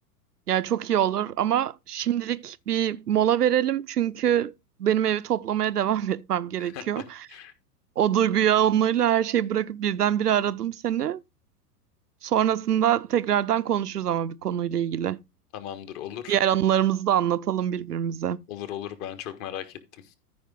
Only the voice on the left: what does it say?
<laughs>
Tamamdır, olur.
Olur olur ben çok merak ettim.